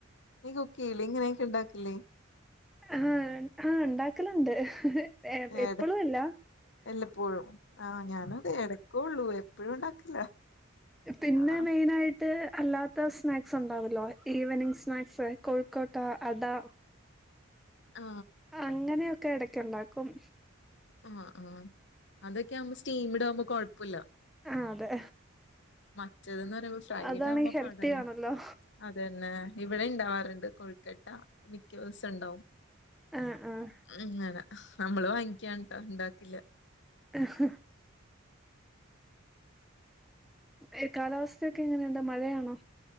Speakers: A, on the left (about 60°); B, in the centre.
A: നീ കുക്ക് ചെയ്യില്ലേ ഇങ്ങനെയൊക്കെ ഉണ്ടാക്കില്ലേ
B: ആ ആ ഉണ്ടാക്കലുണ്ട് എ എപ്പളുവില്ല
A: എട വല്ലപ്പോഴും ആ ഞാനുമതേ എടക്കേയുള്ളൂ എപ്പഴും ഉണ്ടാക്കില്ല
B: പിന്നെ
A: ആഹ്
B: മെയിനായിട്ട് ട്ട് അല്ലാത്ത സ്നാക്സ് ഉണ്ടാവല്ലോ ഈവനിങ്ങ് സ്നാക്സ് കോഴിക്കോട്ട അടാ
A: ആ
B: അങ്ങനെയൊക്കെ എടക്കൊണ്ടാക്കും
A: ആ ആ അതൊക്കെയാവുമ്പൊ സ്റ്റീമിഡാകുമ്പോ കൊഴപ്പോല്ല
B: ആ അതെ
A: മറ്റേതെന്നു പറയുമ്പോ ഫ്രൈഡ്
B: അതാണെങ്കി
A: ആവുമ്പോ
B: ഹെൽത്തിയാണല്ലോ
A: പാടല്ല അതന്നെ ഇവിടെ ഇണ്ടാവാറുണ്ട് കോഴിക്കട്ടാ മിക്ക ദിവസോണ്ടാവും
B: ആഹ് ആഹ്
A: അങ്ങനെ നമ്മള് വാങ്ങിക്കാൻ ഒണ്ടാക്കില്ല
B: <unintelligible> ഏ കാലാവസ്ഥയൊക്കെ എങ്ങനെയുണ്ട് മഴയാണോ